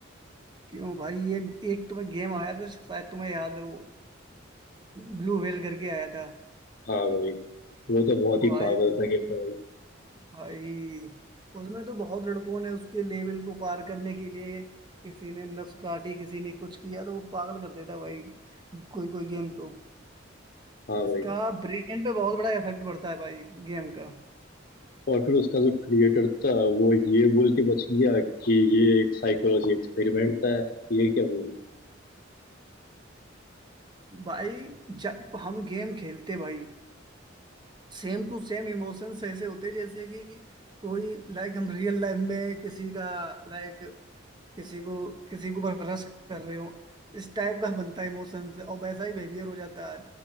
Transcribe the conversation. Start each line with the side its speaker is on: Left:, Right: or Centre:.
Right: क्यों भाई ये एक तुम्हें गेम आया था शायद तुम्हें याद है वो ब्लू व्हेल करके आया था
Left: हाँ भाई वो तो बहुत ही
Right: भाई
Left: पागल सा गेम था भाई
Right: भाई उसमें तो बहुत लड़कों ने उसके लेवल को पार करने के लिए किसी ने नस काटी किसी ने कुछ किया तो वो पागल कर देता है भाई कोई कोई गेम तो
Left: हाँ
Right: इसका
Left: भाई
Right: ब्रेन पे बहुत बड़ा इफेक्ट पड़ता है भाई गेम का
Left: और फिर उसका जो क्रिएटर था वो ये बोल के बच गया कि ये एक साइकोलॉजी एक्सपेरिमेंट था ये क्या बोल
Right: भाई जब हम गेम खेलते भाई सेम टू सेम इमोशंस ऐसे होते जैसे कि कोई लाइक हम रियल लाइफ में किसी का लाइक किसी को किसी के ऊपर रश कर रहे हो इस टाइप का बनता है इमोशन से और वैसा ही बिहेवियर हो जाता है